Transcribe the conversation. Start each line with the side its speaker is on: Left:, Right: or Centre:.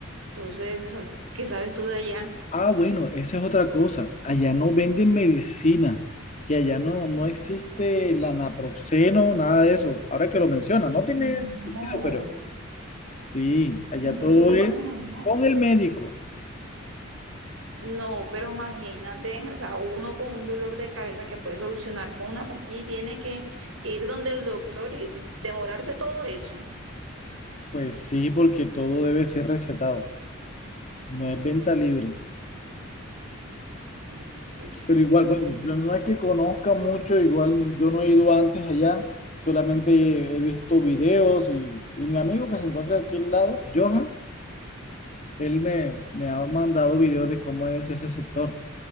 Right: Entonces, ¿qué sabes tú de allá?
Left: Ah, bueno, esa es otra cosa. Allá no venden medicina, que allá no, no existe el naproxeno, nada de eso. Ahora que lo menciona, no tiene
Right: No.
Left: sentido, pero sí, allá
Right: Y Entonces,
Left: todo
Right: ¿cómo
Left: es
Right: hacen allá?
Left: con el médico.
Right: No, pero imagínate, o sea, uno con un dolor de cabeza que puede solucionar con una pastilla y tiene que, que ir donde el doctor y demorarse todo eso.
Left: Pues sí, porque todo debe ser recetado, no es venta libre.
Right: Y
Left: Pero igual,
Right: Eso
Left: bueno,
Right: sí,
Left: yo no es que conozca mucho, igual yo no he ido antes allá, solamente he visto videos y, y mi amigo que se encuentra aquí al lado, Johan. Él me, me ha mandado videos de cómo es ese sector,